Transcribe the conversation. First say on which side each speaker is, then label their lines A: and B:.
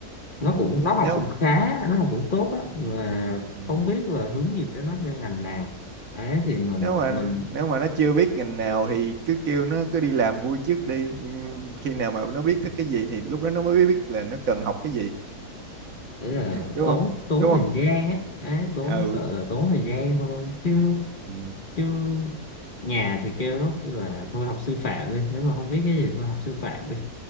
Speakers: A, on the left; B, on the right.
A: nó cũng nó
B: nếu
A: học cũng khá nó học cũng tốt á mà
B: ừ.
A: không biết là hướng nghiệp cho nó theo ngành nào ấy thì mình
B: nếu mà
A: mình
B: nếu mà nó chưa biết ngành nào thì cứ kêu nó cứ đi làm vui trước đi Ừ, khi nào mà nó biết thích cái gì thì lúc đó nó mới biết là nó cần học cái gì
A: đấy là
B: đúng
A: tốn
B: không
A: tốn
B: đúng
A: thời
B: không
A: gian á đấy, tốn
B: ừ
A: sợ là tốn thời gian thôi chứ
B: Ừ.
A: chứ nhà thì kêu nó kêu là thôi học sư phạm đi nếu mà không biết cái gì thôi học sư phạm đi